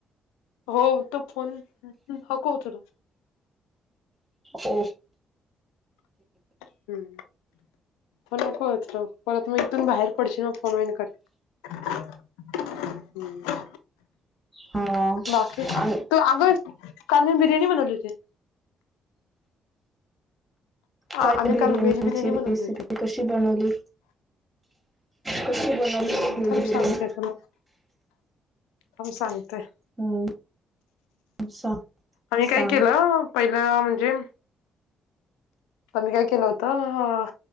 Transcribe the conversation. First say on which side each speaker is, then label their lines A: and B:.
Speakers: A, on the left; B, on the right.
A: हो. तो फोन नको उचलू.
B: हो.
A: हम् प नको उचलु. परत मग इथून बाहेर पडशीन फोन होईन कट. हम्म.
B: हा
A: बाकी?
B: आणि
A: तू अगं, काल मी बिर्याणी बनवली होती.
B: काय
A: आम्ही
B: बिर्याणीची
A: काल व्हेज बिर्याणी
B: रेसिपी
A: बनवली
B: कशी. ती बनवली. कशी बनवली
A: होती
B: व्हेज
A: थांब
B: बिर्याणी?
A: सांगते तुला थांब सांगते.
B: हम्म, सांग
A: आणि
B: सांग
A: काय केलं, पहिलं म्हणजे तर मी काय केलं होतं,